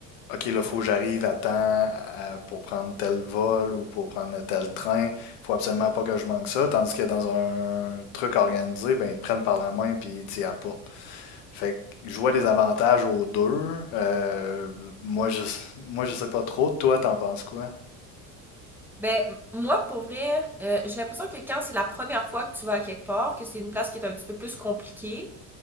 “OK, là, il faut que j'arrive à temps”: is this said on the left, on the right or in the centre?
Left